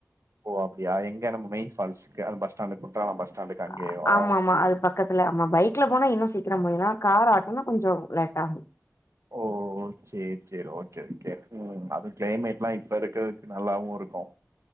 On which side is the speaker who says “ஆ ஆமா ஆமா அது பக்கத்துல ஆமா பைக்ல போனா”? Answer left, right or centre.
Left